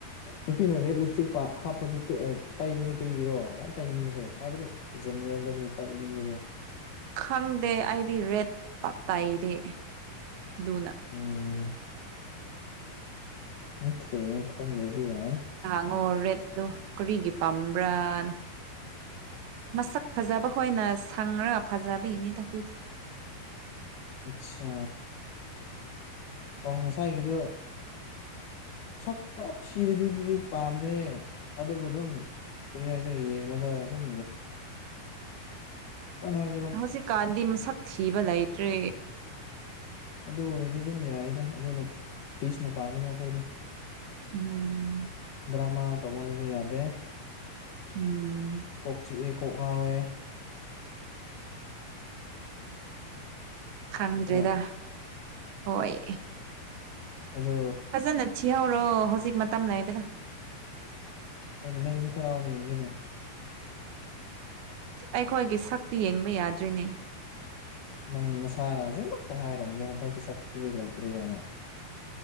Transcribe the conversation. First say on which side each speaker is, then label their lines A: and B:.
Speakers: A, on the left; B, on the right.
A: ꯅꯨꯄꯤꯅ ꯔꯦꯗ ꯂꯤꯞ ꯏꯁꯇꯤꯛ ꯍꯥꯞꯄꯦ ꯇꯥꯏꯕꯁꯦ ꯀꯔꯤꯒꯤꯔꯣ ꯌꯥꯝ ꯇꯥꯏꯅꯤꯡꯕꯁꯦ ꯍꯥꯏꯕꯗꯤ ꯖꯦꯜ ꯗꯅꯤ ꯇꯥꯛ ꯏꯅꯤꯡꯕꯁꯦ
B: ꯈꯪꯗꯦ ꯑꯩꯗꯤ ꯔꯦꯠ ꯄꯥꯛ ꯇꯥꯏꯗꯤ ꯑꯗꯨꯅ
A: ꯎꯝ ꯑꯣꯦ ꯈꯪꯗꯗꯤ ꯌꯥꯏ
B: ꯪꯉ ꯔꯦꯠꯂꯨ ꯀꯔꯤꯒꯤ ꯄꯥꯝꯕ꯭ꯔꯥꯅ ꯃꯁꯛ ꯐꯖꯕ ꯍꯣꯏꯅ ꯁꯪꯉꯒ ꯐꯖꯕꯤ ꯍꯅꯦ ꯇꯥꯛꯗꯤ
A: ꯑꯠꯁꯥ ꯑꯣ ꯉꯁꯥꯏꯒꯤꯗꯨ ꯁꯛ ꯄꯨꯔꯥ ꯊꯤꯔꯗꯤ ꯑꯗꯨꯗꯤ ꯄꯥꯝꯅꯦ ꯑꯗꯨꯕꯨ ꯑꯗꯨꯝ ꯀꯔꯤ ꯍꯥꯏꯁꯔꯦ ꯌꯦꯡꯕꯗ ꯑꯗꯨꯝ ꯁꯛꯄꯅ ꯍꯥꯏꯁꯤꯔꯣ
B: ꯍꯧꯖꯤꯛꯀꯥꯟꯗꯤ ꯃꯁꯛ ꯊꯤꯕ ꯂꯩꯇ꯭ꯔꯦ
A: ꯑꯗꯨ ꯑꯣꯏꯔꯗꯤ ꯑꯗꯨꯝ ꯌꯥꯌꯦꯗ ꯑꯗꯨꯅ ꯄꯤꯁꯅ ꯄꯥꯝꯃꯦꯗ ꯑꯩꯈꯣꯏꯗꯤ
B: ꯎꯝ
A: ꯔꯃ ꯇꯃꯂꯁꯨ ꯌꯥꯗꯦ
B: ꯎꯝ
A: ꯀꯣꯛ ꯆꯤꯛꯑꯦ ꯀꯣꯛ ꯉꯥꯎꯦ
B: ꯈꯪꯗ꯭ꯔꯦꯗ
A: ꯅꯠꯇ꯭ꯔꯣ
B: ꯍꯣꯏꯣꯏ
A: ꯑꯗꯣ
B: ꯐꯖꯅ ꯊꯤꯍꯧꯔꯣ ꯍꯧꯖꯤꯛ ꯃꯇꯝ ꯅꯕꯗ
A: ꯅꯪꯒꯤꯁꯨꯦ ꯊꯔꯥꯥꯎꯅꯦ ꯌꯦ ꯏꯒꯤꯅꯦ
B: ꯑꯩꯈꯣꯏꯒꯤ ꯁꯛꯇꯤ ꯌꯦꯡꯕ ꯌꯥꯗ꯭ꯔꯤꯅꯦ
A: ꯅꯪ ꯅꯁꯥꯅ ꯍꯧꯖꯤꯛꯃꯛꯇ ꯍꯥꯏꯔꯝꯕꯗꯣ ꯍꯟꯗꯛꯇꯤ ꯆꯥꯛ ꯊꯤꯕꯩ ꯂꯩꯇ꯭ꯔꯦ ꯀꯥꯏꯅ